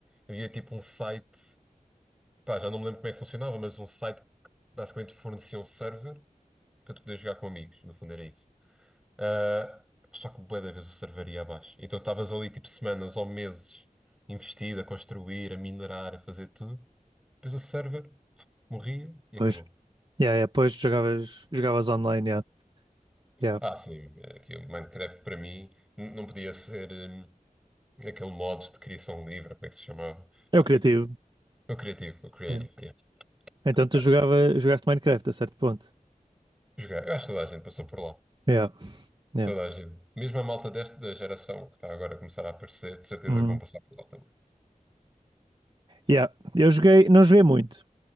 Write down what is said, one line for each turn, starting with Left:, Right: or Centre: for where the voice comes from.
Centre: havia tipo um site, pá, já não me lembro como é que funcionava, mas um site que basicamente fornecia um server para tu poderes jogar com amigos, no fundo era isso. Ah, só que bué da vez o server ia abaixo. Então estavas ali tipo semanas ou meses investido a construir, a minerar, a fazer tudo. Depois o server puf, morria e
Right: pois.
Centre: acabou.
Right: Yeah, yeah, pois jogavas, jogavas online, yeah. Yeah.
Centre: Ah, sim, aqui o Minecraft para mim n- não podia ser hum, aquele modo de criação livre, como é que se chamava?
Right: É
Centre: Pá,
Right: o
Centre: isso
Right: criativo.
Centre: não. O criativo, o creative,
Right: Yeah.
Centre: yeah.
Right: Então tu
Centre: Olha,
Right: jogava, jogaste Minecraft a certo ponto.
Centre: jogar. Eu acho que toda a gente passou por lá.
Right: Yeah, yeah.
Centre: Toda a gente. Mesmo a malta desta da geração que está agora a começar a aparecer, de certeza
Right: Hum.
Centre: que vão passar por lá também.
Right: Yeah. Eu joguei, não joguei muito.